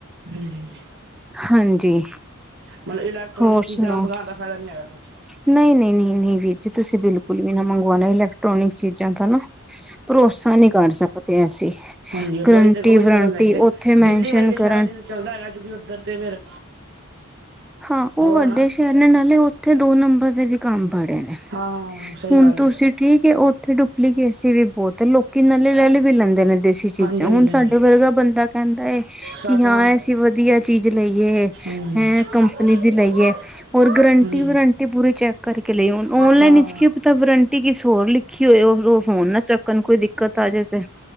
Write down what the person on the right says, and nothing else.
ਹਾਂਜੀ ਹਾਂਜੀ
ਮਤਲਬ ਇਲੈਕਟਰੋਨਿਕ
ਚੀਜ਼ਾਂ
ਮੰਗਾਉਣ ਦਾ ਫਾਇਦਾ ਨਹੀਂ ਹੈਗਾ ਕੁਛ
ਹ ਆਪਹੀ
ਤਾਂ ਉਹੀ
ਤਾਂ ਗੱਲ ਹੈਗੀ ਹੈ
ਦਿੱਲੀ ਵਰਗੇ ਸ਼ਹਿਰਾਂ
ਚ ਚੱਲਦਾ ਹੈਗਾ ਕਿਉਂਕਿ ਉੱਧਰ ਤਾਂ ਫਿਰ
ਹੈ ਨਾ
ਹਾਂ ਸਹੀ
ਗੱਲ
ਹੈ
ਹਾਂਜੀ ਹਾਂਜੀ
ਹਾਂਜੀ
ਸਾਡਾ
ਹੂੰ
ਹਾਂਜੀ
ਹਾਂ